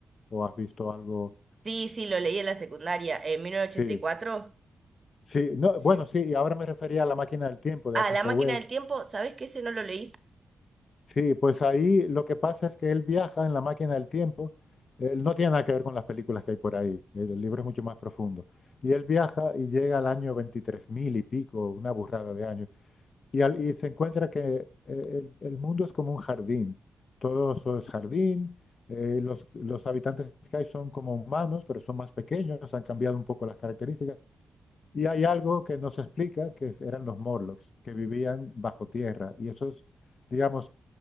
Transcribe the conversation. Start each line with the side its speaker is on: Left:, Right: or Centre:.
Left: o has visto algo.
Right: Sí, sí, lo leí en la secundaria, en mil novecientos
Left: Sí,
Right: ochenta y cuatro.
Left: sí, no,
Right: Sí.
Left: bueno, sí, y ahora me refería a La máquina del tiempo de
Right: Ah,
Left: H.
Right: La máquina
Left: G. Wells,
Right: del tiempo, ¿sabés que ese no lo leí?
Left: Sí, pues ahí lo que pasa es que él viaja en la máquina del tiempo. Él no tiene nada que ver con las películas que hay por ahí. El, libro es mucho más profundo. Y él viaja y llega al año 23.000 y pico, una burrada de años. Y, al- y se encuentra que eh, el, el mundo es como un jardín. Todo eso es jardín. eh, los, los habitantes que hay son como humanos, pero son más pequeños. Han cambiado un poco las características. Y hay algo que nos explica que eran los Morlocks, que vivían bajo tierra. Y esos, digamos,